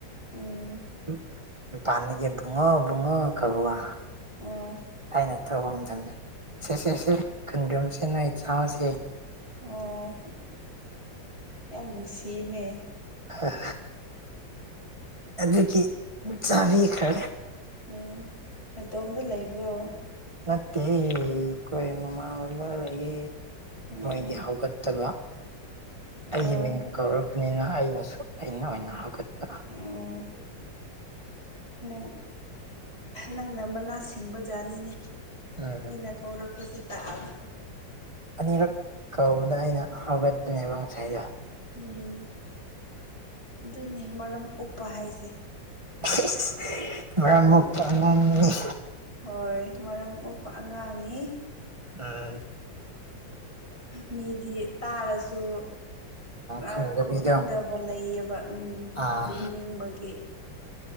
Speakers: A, on the left (about 30°); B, on the right (about 15°).
A: ꯎꯝ
B: ꯎ ꯃꯄꯥꯟꯗꯒꯤ ꯕꯨꯡꯉꯣ ꯕꯨꯡꯉꯣ ꯀꯧꯕꯥ
A: ꯎꯝ
B: ꯍꯥꯏꯅ ꯊꯣꯛꯄ ꯃꯇꯝꯗ ꯁꯦ ꯁꯦ ꯁꯦ ꯈꯨꯟꯗ꯭ꯔꯨꯝꯁꯦ ꯅꯣꯏ ꯆꯥꯁꯦ
A: ꯑꯣ ꯌꯥꯝ ꯅꯨꯡꯁꯤꯅꯦ
B: ꯍꯥ ꯑꯗꯨꯒꯤ ꯆꯥꯕꯤꯈ꯭ꯔꯦ
A: ꯎꯝ ꯅꯇꯣꯝꯗ ꯂꯩꯕ꯭ꯔꯣ
B: ꯅꯠꯇꯦꯍꯦ ꯑꯩꯈꯣꯏ ꯃꯃꯥ ꯕꯕꯥ ꯂꯩꯌꯦ
A: ꯎꯝ
B: ꯃꯣꯏꯗꯤ ꯍꯧꯒꯠꯇꯕ
A: ꯑꯣ
B: ꯑꯩꯒꯤ ꯃꯤꯡ ꯀꯧꯔꯄ ꯄꯅꯤꯅ ꯑꯩꯅꯁꯨ ꯑꯩꯅ ꯑꯣꯏꯅ ꯍꯧꯒꯠꯄ
A: ꯎꯝ ꯅꯪ ꯅꯪꯅ ꯃꯅꯥ ꯁꯤꯡꯕ ꯖꯥꯠꯅꯤꯅꯦ
B: ꯎꯝ
A: ꯃꯤꯅ ꯀꯧꯔꯛꯄꯁꯤ ꯇꯥꯛꯑꯒ
B: ꯑꯅꯤꯔꯛ ꯀꯧꯕꯗ ꯑꯩꯅ ꯍꯥꯒꯠꯄꯅꯦꯕ ꯉꯁꯥꯏꯗꯣ
A: ꯎꯝ ꯑꯗꯨꯅꯦ ꯃꯔꯝ ꯑꯣꯛꯄ ꯍꯥꯏꯁꯦ
B: ꯏꯁ ꯏꯁ ꯏꯁ ꯃꯔꯝ ꯃꯣꯛꯄ ꯑꯉꯥꯡꯅꯤ <unintelligible>
A: ꯍꯣꯏ ꯃꯔꯝ ꯃꯣꯛꯄ ꯑꯉꯥꯡꯅꯤ
B: ꯑꯥ
A: ꯃꯤꯗꯤ ꯇꯥꯔꯁꯨ ꯑꯥ
B: ꯈꯨꯝꯗꯕꯤꯗꯣ
A: ꯈꯣꯞꯅꯤꯡꯗꯕ ꯂꯩꯌꯦꯕ ꯎꯝ
B: ꯑꯥ
A: ꯇꯨꯝꯅꯤꯡꯕꯒꯤ